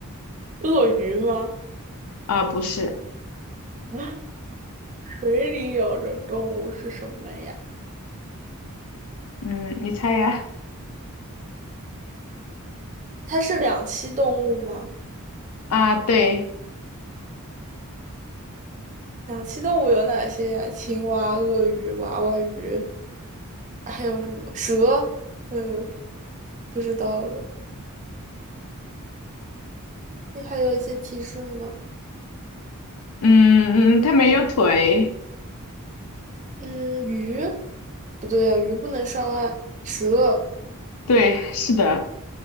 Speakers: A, on the right; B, on the left.
A: 鳄鱼吗？
B: 啊，不是，
A: <laughs> 啊，水里有的动物是什么呀？
B: 嗯，你猜呀？
A: 它是两栖动物吗？
B: 啊，对，
A: 两栖动物有哪些呀？青蛙、鳄鱼、娃娃鱼，还有什么蛇？嗯，不知道了。你还有一些提示吗？
B: 嗯嗯，它没有腿，
A: 嗯，鱼，不对呀、鱼不能上岸。蛇
B: 对，是的，